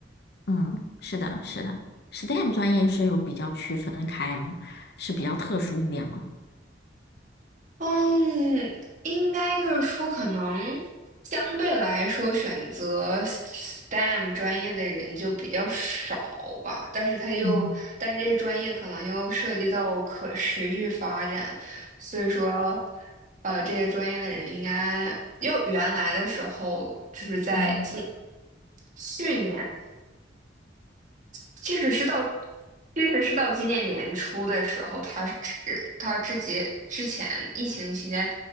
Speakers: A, on the left; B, on the right.
A: 嗯，是的，是的，STEM 专业是有比较区分开吗？是比较特殊一点吗？
B: 嗯，应该就是说，可能相对来说，选择 STEM 专业的人就比较少吧。但是他又，
A: 嗯
B: 但是这些专业可能又涉及到可持续发展，所以说，呃，这些专业的人应该，又原来的时候就是在近
A: 嗯
B: 去年。即使是到，即使是到今年年初的时候，他是之他之前之前疫情期间